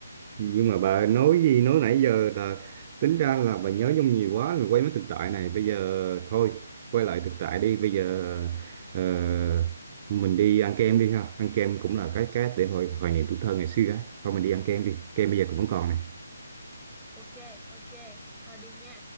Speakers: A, on the right; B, in the centre.
A: Nhưng mà bà nói gì nói nãy giờ là tính ra là bà nhớ nhung nhiều quá rồi quay mấy thực tại này bây giờ thôi quay lại thực tại đi bây giờ ờ, mình đi ăn kem đi ha ăn kem cũng là cái cái để hồi hoài niệm tuổi thơ ngày xưa ấy thôi mình đi ăn kem đi kem bây giờ cũng vẫn còn này
B: ok ok thôi đi nha